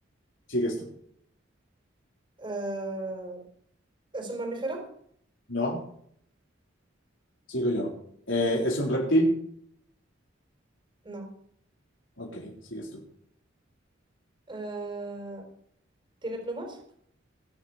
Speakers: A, on the left; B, on the right.
A: sigues tú.
B: Eh, ¿es un mamífero?
A: No, sigo yo. Eh, ¿es un reptil?
B: No.
A: Ok, sigues tú.
B: Eh, ¿tiene plumas?